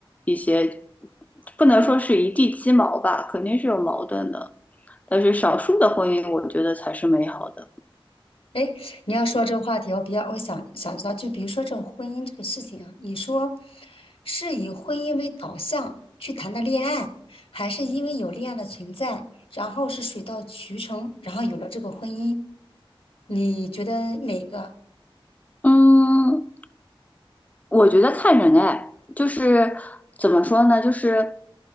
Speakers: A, on the left (about 15°); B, on the left (about 80°).
A: 一些，不能说是一地鸡毛吧，肯定是有矛盾的。但是少数的婚姻，我觉得才是美好的。
B: 哎，诶你要说这个话题，我比较我想想知道，就比如说这个婚姻这个事情啊，你说是以婚姻为导向去谈的恋爱，还是因为有恋爱的存在，然后是水到渠成，然后有了这个婚姻，你觉得哪个？
A: 嗯，我觉得看人哎，就是怎么说呢，就是